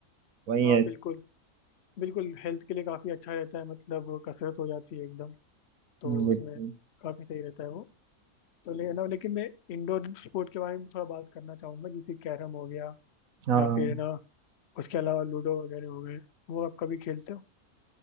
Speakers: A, on the right (about 65°); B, on the left (about 55°).
A: वही
B: हाँ
A: है
B: बिल्कुल बिल्कुल हेल्थ के लिए काफी अच्छा रहता है मतलब कसरत हो जाती है एकदम तो
A: हम्म,
B: उसमें
A: बिल्कुल।
B: काफी सही रहता है वो तो ले ना लेकिन मैं इंडोर स्पोर्ट के बारे में थोड़ा बात करना चाहूंगा जैसे कैरम हो गया
A: हाँ
B: या फिर ना उसके अलावा लूडो वगैरह हो गए वो आप कभी खेलते हो